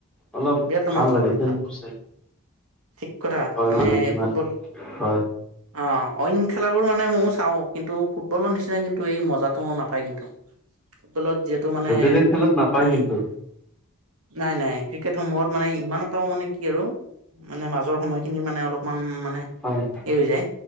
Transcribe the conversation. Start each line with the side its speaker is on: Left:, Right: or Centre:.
Centre: অলপ
Right: বিৰাট ৰোমাঞ্চকৰ
Centre: ভাল লাগে
Right: এইবিলাক
Centre: খেলটো চাই,
Right: ঠিক কথা
Centre: হয় মানে তোমাৰ
Right: ফুটবল
Centre: হয়।
Right: অ অইন খেলাবোৰ মানে মইও চাওঁ কিন্তু ফুটবলৰ নিচিনা কিন টো এই মজাটো নাপায় কিন্তু ফুটবলত যি টো মানে
Centre: বেলেগ খেলত নাপায়
Right: ই,
Centre: কিন্তু
Right: নাই নাই ক্রি কেটসমূহত মানে ইমান এটাও মানে কি আৰু মানে মাজৰ সময়খিনি মানে অলপমান মানে
Centre: হয়
Right: এই হৈ যায়